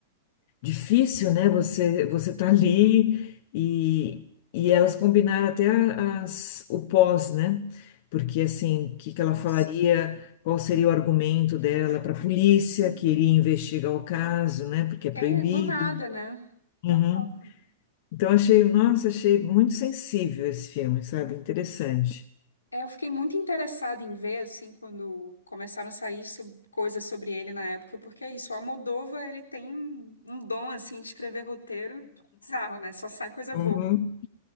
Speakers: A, on the left (about 50°); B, on the left (about 85°).
A: difícil, né? Você você tá ali e, e elas combinaram até a- as, o pós, né? Porque assim, o que que
B: Nossa.
A: ela falaria? Qual seria o argumento dela para a polícia
B: Sim,
A: que
B: sim.
A: iria investigar o caso, né? Porque é proibido.
B: É do nada, né? Total.
A: Uhum. Então achei, nossa, achei muito sensível esse filme, sabe? Interessante.
B: É, eu fiquei muito interessada em ver, assim, quando começaram a sair sob- coisas sobre ele na época, porque é isso, o Almodóvar, ele tem um um dom, assim, de escrever roteiro bizarro, né? Só sai coisa
A: Uhum.
B: boa.